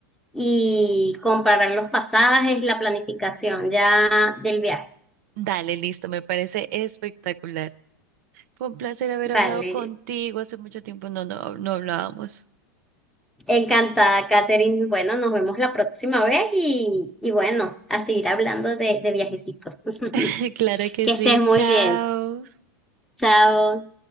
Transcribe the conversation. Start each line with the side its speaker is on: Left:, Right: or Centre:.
Centre: y comparar los pasajes la planificación ya del viaje.
Right: Dale, listo, me parece espectacular. Fue un placer haber
Centre: Vale,
Right: hablado contigo. Hace mucho tiempo no, no, no hablábamos.
Centre: encantada, Katherine. Bueno, nos vemos la próxima vez y, y bueno, a seguir hablando de, de viajecitos. <laughs>
Right: <laughs> Claro que
Centre: Que
Right: sí,
Centre: estés muy
Right: chao.
Centre: bien. Chao.